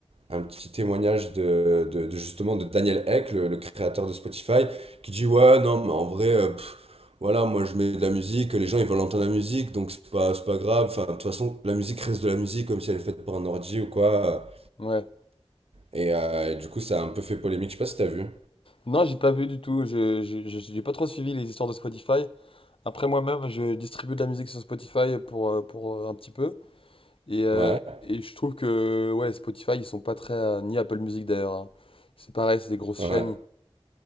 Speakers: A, on the right; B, on the left.
A: un petit témoignage de, de- de justement de Daniel Eck, le, le créateur de Spotify, qui dit ouais non mais en vrai euh, pff, voilà moi je mets de la musique, les gens ils veulent entendre la musique donc c'est pas c'est pas grave. Enfin de toute façon la musique reste de la musique comme si elle est faite par un ordi ou quoi.
B: Ouais.
A: Et, euh, et du coup ça a un peu fait polémique. Je sais pas si t'as vu.
B: Non, j'ai pas vu du tout. Je, je, je- j'ai pas trop suivi les histoires de Spotify. Après moi-même, je distribue de la musique sur Spotify pour, euh, pour euh, un petit peu. Et, euh,
A: Ouais
B: et je trouve que ouais, Spotify, ils sont pas très. euh, ni Apple Music d'ailleurs. hein. C'est pareil, c'est des grosses
A: ouais
B: chaînes.